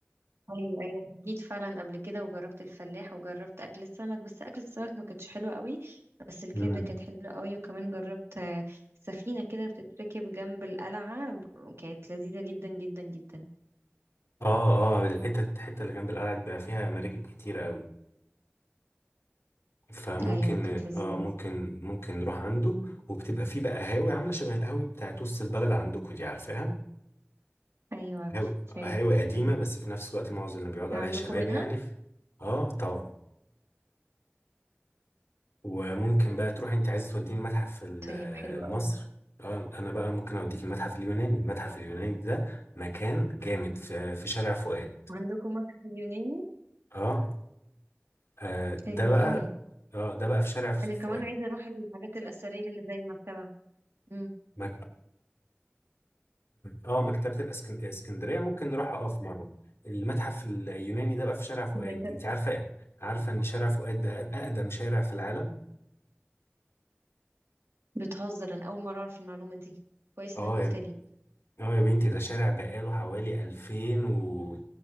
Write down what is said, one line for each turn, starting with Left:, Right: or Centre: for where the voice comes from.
Right: ايوه ايوه جيت فعلا قبل كده وجربت الفلاح وجربت اكل السمك بس اكل السمك ما كانتش حلوه قوي بس الكبده
Left: مم.
Right: كانت حلوه قوي وكمان جربت آه، سفينه كده بتتركب جنب القلعه ب- كانت لذيذه جدا جدا جدا
Left: اه اه الحتة الحتة اللي جنب القلعة دي بقى فيها مراكب كتيرة قوي فممكن
Right: ايوه كانت لذيذه
Left: اه ممكن
Right: جدا
Left: ممكن نروح عنده وبتبقى فيه بقى قهاوي عاملة شبه القهاوي بتاعت وسط البلد عندكم دي عارفاها
Right: ايوه عارفاها
Left: قهاوي قهاوي قديمة بس في نفس الوقت معظم اللي بيقعدوا
Right: عندكم
Left: عليها شباب
Right: منها
Left: يعني ف- اه طبعا وممكن بقى تروح انت عايزه توديني المتحف ال-
Right: طيب حلو قوي
Left: المصري اه انا بقى ممكن اوديك المتحف اليوناني المتحف اليوناني ده مكان جامد في, في شارع فؤاد
Right: وعندكم متحف اليوناني
Left: اه آه، ده
Right: حلو
Left: حلو بقى
Right: قوي
Left: اه ده بقى في شارع ف-
Right: انا
Left: فؤاد
Right: كمان عايزه اروح الحاجات الاثريه اللي زي المكتبه امم
Left: مك... اه مكتبة الأسكن- الاسكندرية ممكن نروحها اه في مرة المتحف اليوناني ده بقى في شارع فؤاد
Right: طب انت
Left: انت عارفة ايه عارفة ان شارع فؤاد ده اقدم شارع في العالم
Right: بتهزر انا اول مره اعرف المعلومه دي كويس
Left: اه
Right: انك قلت
Left: يا...
Right: لي
Left: اه يا بنتي ده شارع بقاله حوالي 2000 و